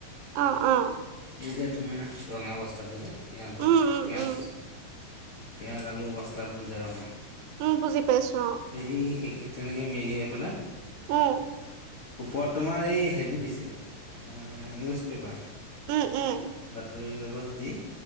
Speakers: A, on the right; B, on the left.
A: অ' অ'।
B: এই যে তোমাৰ ৰঙা বস্তাটো যে পিয়াঁজৰ,
A: উম উম
B: পিয়াঁজ
A: উম
B: পিঁয়াজ, আলুৰ বস্তাবোৰ যে ৰঙা
A: উম, বুজি পাইছোঁ অ'।
B: এই সেই তেনেকৈ মেৰিয়াই পেলাই
A: অ
B: ওপৰত তোমাৰ এই হেৰি দিছিলোঁ, এ নিউজ পেপাৰ।
A: উম উম।
B: বাতৰি কাগজ দি,